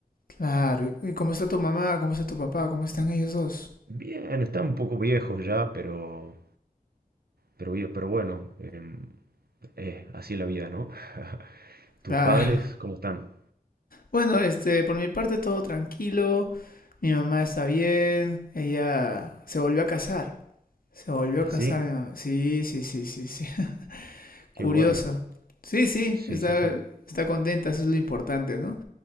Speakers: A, on the left (about 70°); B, on the right (about 85°).
A: claro. ¿Y cómo está tu mamá? ¿Cómo está tu papá? ¿Cómo están ellos dos?
B: Bien, están un poco viejos ya, pero, pero, bien- pero bueno. em, Eh, así la vida, ¿no? <laughs> ¿Tus
A: Claro.
B: padres
A: <laughs>
B: cómo están?
A: Bueno, este, por mi parte todo tranquilo. Mi mamá está bien. Ella se volvió a casar. Se volvió
B: ¿Así?
A: a casar. mi mamá. Sí, sí, sí, sí, sí. <laughs>
B: Qué
A: Curioso.
B: bueno.
A: Sí, sí,
B: Sí,
A: está,
B: sí, sí.
A: está contenta, eso es lo importante, ¿no?